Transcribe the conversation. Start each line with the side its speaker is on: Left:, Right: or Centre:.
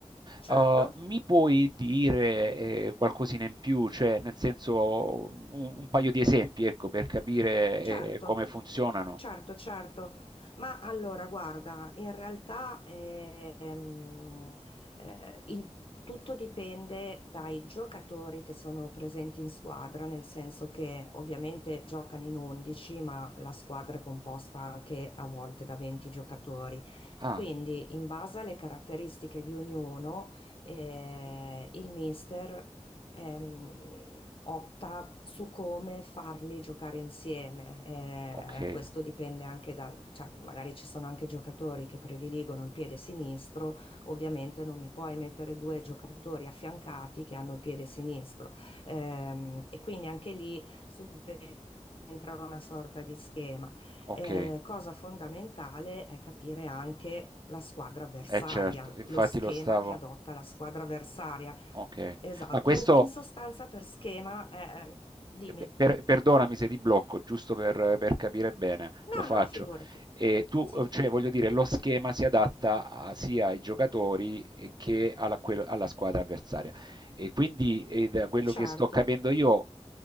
Left: certo,
Right: Uh, mi puoi dire eh, qualcosina in più, cioè nel senso un, un paio di esempi, ecco, per capire
Left: certo.
Right: eh, come funzionano?
Left: Certo, certo, ma allora guarda, in realtà eh, ehm, eh, il- tutto dipende dai giocatori che sono presenti in squadra, nel senso che ovviamente giocano in 11, ma la squadra è composta anche a volte da 20 giocatori.
Right: Ah,
Left: Quindi, in base alle caratteristiche di ognuno, eh, il mister ehm, opta su come farli giocare insieme. Eh,
Right: okay.
Left: questo dipende anche da, cioè, magari ci sono anche giocatori che prediligono il piede sinistro, ovviamente
Right: A
Left: non mi puoi mettere due giocatori affiancati che hanno il piede sinistro. Ehm, e quindi anche lì subentra una sorta di schema.
Right: Okay.
Left: Eh, cosa fondamentale è capire anche la squadra avversaria,
Right: Eh certo, infatti
Left: lo schema
Right: lo stavo
Left: che adotta la squadra avversaria
Right: okay.
Left: Esatto,
Right: Ma questo
Left: in, in sostanza per schema, eh, dimmi.
Right: Eh, pe- per- perdonami se ti blocco, giusto per, per capire bene,
Left: No,
Right: lo faccio.
Left: no, figurati.
Right: E tu,
Left: Sì,
Right: eh, cioè, voglio dire, lo schema si adatta a- sia ai giocatori eh, che alla, quel- alla squadra avversaria. E quindi, eh, da quello
Left: certo,
Right: che sto capendo io,